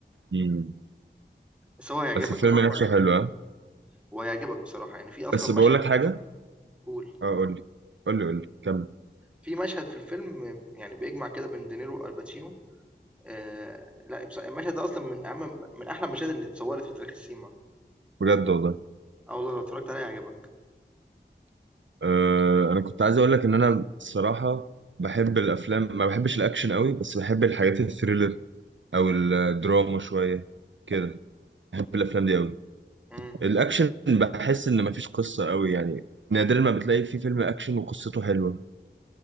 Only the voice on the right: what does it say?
امم
بس الفيلم
نفسه
حلو ها
بس
بقول لك حاجة
اه قول لي قول لي قول لي كمل
بجد والله
آه، انا كنت عايز اقول لك ان انا الصراحه بحب الافلام ما بحبش الاكشن قوي بس بحب الحاجات الثريلر او الدراما شويه كده بحب الافلام دي قوي
الاكشن بحس ان مفيش قصه قوي يعني نادرا ما بتلاقي في فيلم اكشن وقصته حلوه